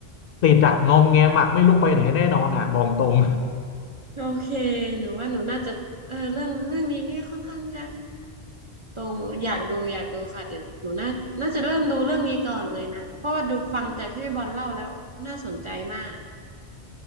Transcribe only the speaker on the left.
ติดอะงอมแงมอะไม่ลุกไปไหนแน่นอนอะบอกตรง